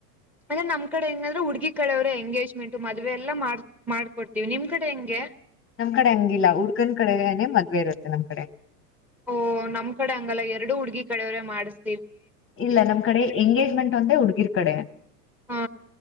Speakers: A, in the centre; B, on the left.
A: ಅಂದೆ ನಮ್ ಕಡೆ ಹೆಂಗೆ ಅಂದ್ರೆ ಹುಡುಗಿ ಕಡೆಯವರೇ ಎಂಗೇಜ್ಮೆಂಟ್ ಮದ್ವೆ ಎಲ್ಲಾ ಮಾಡ ಮಾಡ್ಕೊಡ್ತಿವಿ ನಿಮ್ ಕಡೆ ಹೆಂಗೆ
B: ನಮ್ ಕಡೆ ಹಂಗಿಲ್ಲ ಹುಡ್ಕನ್ ಕಡೆನೆ ಮದ್ವೆ ಇರುತ್ತೆ ನಮ್ ಕಡೆ
A: ಓ ನಮ್ ಕಡೆ ಹಂಗಲ್ಲ ಎರಡು ಹುಡ್ಗಿ ಕಡೆಯವ್ರೇ ಮಾಡ್ಸ್
B: ಇಲ್ಲ ನಮ್ ಕಡೆ ಎಂಗೇಜ್ಮೆಂಟ್ ಒಂದೇ ಹುಡುಗಿರ್ ಕಡೆ
A: ಹಾ